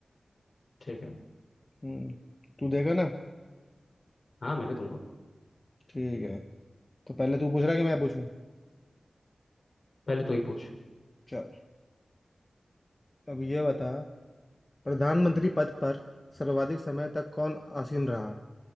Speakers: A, on the left; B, on the left.
A: ठीक है
B: हम्म तू देगा ना
A: हाँ मैं भी दूंगा
B: ठीक है तो पहले तू पूछ रहा है कि मैं पूछूं
A: पहले तू ही पूछ
B: चल अब ये बता प्रधानमंत्री पद पर सर्वाधिक समय तक कौन आसीन रहा